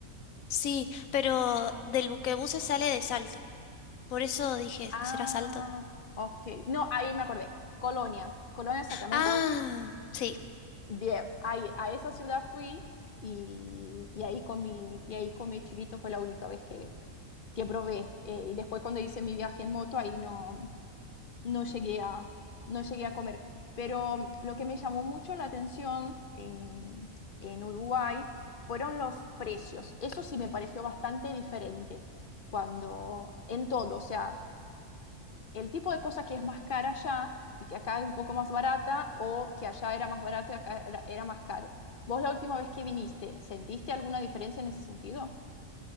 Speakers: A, on the left; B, on the left.
A: Sí, pero del buquebús se sale de Salto. Por eso dije,
B: Ah,
A: ¿será Salto?
B: ok. No, ahí me acordé. Colonia. Colonia de Sacramento.
A: Ah, sí.
B: Bien, ahí, a esa ciudad fui y, y ahí comí, y ahí comí chivito, fue la única vez que, que probé. Eh, y después cuando hice mi viaje en moto, ahí no, no llegué a, no llegué a comer. Pero lo que me llamó mucho la atención en, en Uruguay fueron los precios. Eso sí me pareció bastante diferente cuando, en todo, o sea, el tipo de cosa que es más cara allá y que acá es un poco más barata o que allá era más barato y acá era, era más caro. ¿Vos la última vez que viniste, sentiste alguna diferencia en ese sentido?